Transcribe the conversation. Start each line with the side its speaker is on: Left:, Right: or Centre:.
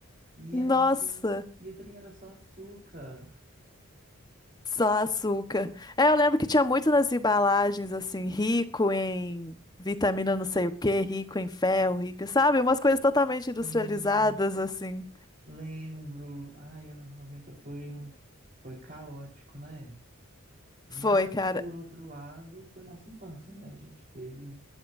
Right: E
Left: Nossa,
Right: era muito. E o trem era só açúcar.
Left: só açúcar. É, eu lembro que tinha muito nas embalagens, assim, rico em vitamina não sei o quê, rico em ferro, rico, sabe? Umas coisas totalmente
Right: Sim.
Left: industrializadas, assim.
Right: Lembro, ai, anos 90 foi um foi caótico, né? Mas
Left: Foi, cara.
Right: por outro lado, foi nossa infância, né? A gente teve,